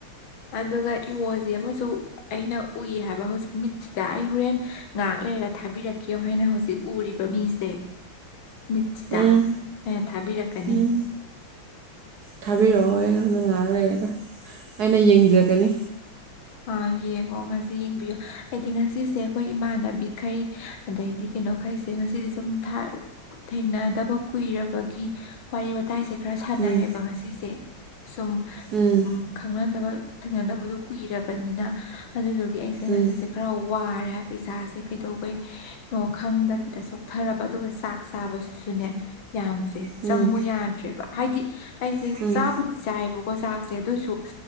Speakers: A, on the left; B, on the right.
A: ꯑꯗꯨꯒ ꯏꯋꯣꯁ ꯑꯃꯁꯨ ꯑꯩꯅ ꯎꯏ ꯍꯥꯏꯕ ꯍꯧꯖꯤꯛ ꯃꯤꯠꯁꯤꯗ ꯑꯩ ꯍꯣꯔꯦꯟ ꯉꯥꯛꯂ ꯊꯕꯤ ꯔ ꯀꯈꯤꯕ ꯍ ꯍꯥꯏꯅ ꯍꯧꯖꯤ ꯎꯔꯤ ꯃꯤꯁꯦ ꯃꯤꯠꯁꯤꯗ
B: ꯎꯝ
A: ꯑꯩꯅ ꯊꯥꯕꯤꯔꯛꯀꯅꯤ
B: ꯎꯝ ꯊꯥꯕꯤꯔꯛꯑꯣ ꯍꯣꯏꯣꯔꯅ ꯉꯥꯏꯔ ꯂꯩꯔꯦꯒ ꯑꯩꯅ ꯌꯦꯡꯖꯒꯅꯤ
A: ꯑꯥ ꯌꯦꯡꯉꯣ ꯉꯁꯤ ꯌꯦꯡꯕꯤꯌꯨ ꯑꯩꯗꯤ ꯉꯁꯤꯁꯦ ꯑꯩꯈꯣꯏ ꯏꯃꯥꯟꯅꯕꯤꯈꯩ ꯑꯗꯩꯗꯤ ꯀꯩꯅꯣꯈꯩꯁꯦ ꯉꯁꯤꯗꯤ ꯁꯨꯝ ꯊꯦꯡꯅꯗꯕ ꯀꯨꯏꯔꯕꯒꯤ ꯋꯥꯔꯤ ꯋꯥꯇꯥꯏꯁꯦ ꯈꯔ ꯁꯥꯟꯅꯔꯦꯕ
B: ꯎꯝ
A: ꯉꯁꯤꯁꯦ ꯁꯨꯝ
B: ꯎꯝ
A: ꯈꯪꯅꯗꯕ ꯊꯦꯡꯅꯗꯕꯗꯣ ꯀꯨꯏꯔꯕꯅꯤꯅ ꯑꯗꯨꯗꯨꯒꯤ ꯑꯩꯁꯦ ꯉꯁꯤꯁꯦ
B: ꯎꯝ
A: ꯈꯔ ꯋꯥꯔꯦ ꯍꯥꯏꯕꯩꯁꯥꯁꯦ ꯀꯩꯗꯧꯕꯩꯅꯣ ꯈꯪꯗꯕꯤꯗ ꯆꯣꯛꯊꯔꯕ ꯑꯗꯨꯒ ꯆꯥꯛ ꯆꯥꯕꯁꯤ ꯁꯅ ꯌꯥꯝꯁꯦ
B: ꯎꯝ
A: ꯆꯪꯉꯨ ꯌꯥꯗ꯭ꯔꯦꯕ ꯍꯥꯏꯗꯤ ꯑꯩꯁꯦ
B: ꯎꯝ
A: ꯆꯥꯛꯕꯨꯗꯤ ꯆꯥꯏꯌꯦꯕꯀꯣ ꯆꯥꯛꯁꯦ ꯑꯗꯨꯁꯨ